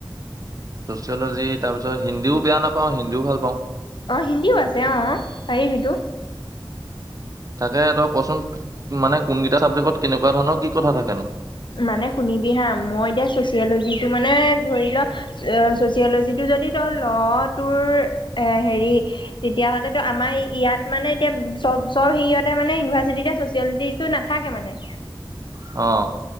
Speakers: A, on the right; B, on the left.
A: চ'চিয়লজি তাৰ পিছত হিন্দীও বেয়া নাপাওঁ হিন্দীও ভাল পাওঁ।
B: অ', হিন্দীও আছে, অ', পাৰিবিটো।
A: তাকে তই ক'চোন মানে কোনকেইটা ছাবজেক্টত কেনেকুৱা ধৰণৰ কি কথা থাকেনো?
B: মানে শুনিবি হা' মই এতিয়া চ'চিয়লজিটো মানে ধৰি ল' চ'চিয়লজিটো যদি তই ল' তোৰ এ, হেৰি তেতিয়া হ'লেতো আমাৰ ইয়াত মানে এতিয়া চব, চব হেৰিয়তে মানে ইউনিভাৰ্চিটি চ'চিয়েলটি তো নাথাকে মানে।
A: অ'।